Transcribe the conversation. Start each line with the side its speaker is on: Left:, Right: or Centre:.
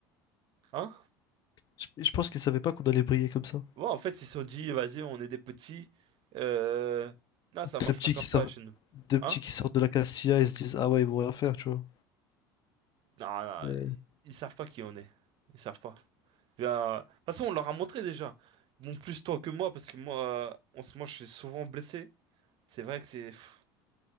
Right: Hein?
Left: Je, je pense qu'il savait pas qu'on allait briller comme ça.
Right: Ouais, en fait, ils se sont dit, vas-y, on est des petits. Euh... Non, ça marche
Left: Deux petits
Right: pas comme
Left: qui sortent,
Right: ça chez nous.
Left: deux petits
Right: Hein?
Left: qui sortent de la Castilla et se disent, ah ouais, ils vont rien faire, tu vois.
Right: Non, non,
Left: Mais-
Right: ils savent pas qui on est. Ils savent pas. Bien, euh, De toute façon, on leur a montré déjà. Bon, plus toi que moi, parce que moi, euh, en ce moment, je suis souvent blessé. C'est vrai que c'est... pff.